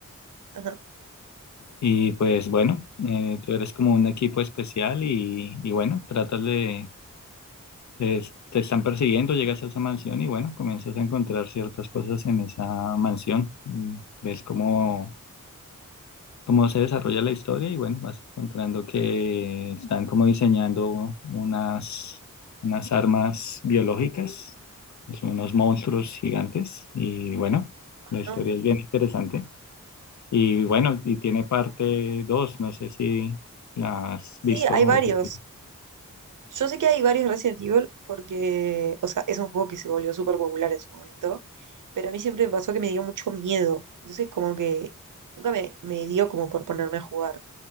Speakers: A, on the right; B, on the left.
A: Ajá.
B: y pues bueno, eh, tú eres como un equipo especial y, y bueno, tratas de, te, te están persiguiendo, llegas a esa mansión y bueno, comienzas a encontrar ciertas cosas en esa mansión. Mm, Ves como cómo se desarrolla la historia y bueno, vas encontrando que están como diseñando unas, unas armas biológicas, son unos monstruos gigantes y bueno,
A: Ay,
B: la historia
A: No.
B: es bien interesante. Y bueno, y tiene parte dos no sé si la has
A: Sí,
B: visto
A: hay
B: o
A: varios.
B: jugado.
A: Yo sé que hay varios Resident Evil porque, o sea, es un juego que se volvió súper popular en su momento, pero a mí siempre me pasó que me dio mucho miedo. Entonces, como que nunca me, me dio como por ponerme a jugar.